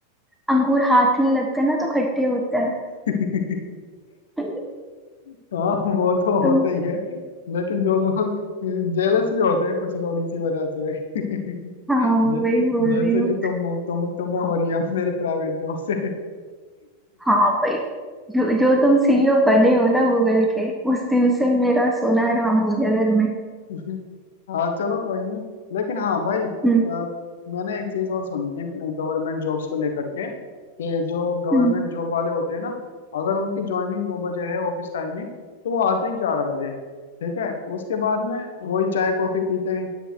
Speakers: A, in the centre; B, on the left.
A: अंगूर हाथ में लगते हैं ना तो खट्टे होते हैं
B: <laughs>
A: <laughs>
B: हाँ वो तो होता
A: तो
B: ही है लेकिन जो लोग जेलस भी होते हैं कुछ लोग इसी वजह से <laughs> जे,
A: हाँ वही बोल
B: जैसे
A: रही हूँ
B: कि तुम हो- तुम तुम्हें हो रही है अब मेरी प्राइवेट जॉब से
A: हाँ भाई जो जो तुम सीईओ बने हो ना गूगल के उस दिन से मेरा सोना हराम हो गया घर में
B: <laughs> हाँ चलो कोई नहीं लेकिन हाँ भाई अ,
A: हम्म
B: मैंने एक चीज और सुनी थी गवर्नमेंट जॉब्स को लेकर के कि जो गवर्नमेंट
A: हम्म
B: जॉब वाले होते हैं ना अगर उनकी ज्वाइनिंग नौ बजे है ऑफिस टाइमिंग तो वो आते हैं ग्यारह बजे ठीक है उसके बाद में वही चाय कॉफी पीते हैं